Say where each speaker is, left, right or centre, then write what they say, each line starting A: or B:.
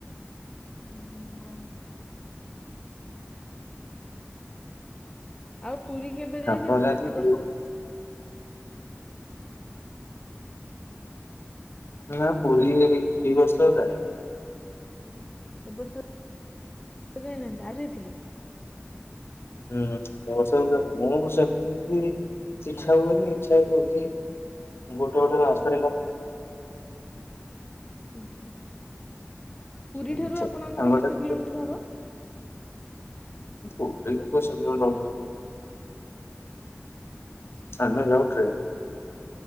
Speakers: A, on the left; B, on the left.
A: ହୁଁ ହଁ। ଆଉ ପୁରୀ କେବେ ଯାଇଛନ୍ତି
B: ଆପଣ ଯାଆନ୍ତି
A: ଏ
B: ପୁରୀ
A: ବର୍ଷ?
B: ନା ପୁରୀ ଏଇ ବର୍ଷ ଯାଇନି।
A: ଏବ ବର୍ଷ ଯାଇନାହାନ୍ତି ଆଉ ଯାଇଥିଲି
B: ହୁଁ ବର୍ଷ ବଷ ମୁଁ ସେମିତି ଇଚ୍ଛା ହୁଏନି ଇଚ୍ଛା ଦଉଛି। ଗୋଟେ ଗୋଟେ ରାସ୍ତା
A: ଆଛା ପୁରୀ
B: ଆଚ୍ଛା
A: ଠାରୁ ଆପଣଙ୍କ
B: ସାଙ୍ଗସାଥି
A: ଘର କେତେ କିଲୋମିଟର ହବ।
B: <inaudible>
A: ଆଚ୍ଛା।
B: ଆନା ଯଉ ଟ୍ରେ